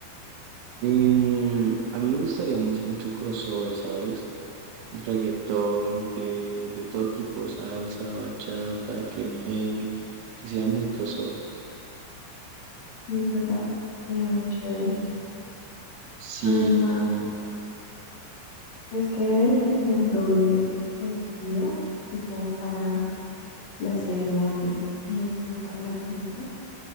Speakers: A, on the right (about 75°); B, on the left (about 60°).
A: Em, a mí me gustaría mucho, mucho crossover, ¿sabes? Reggaetón, que de todo tipo, salsa, bachata, que merengue, que sea muy crossover.
B: Y es verdad, sería muy chévere.
A: Sí,
B: Además, es que debería tener doble vestido, tipo para la ceremonia y después para la fiesta.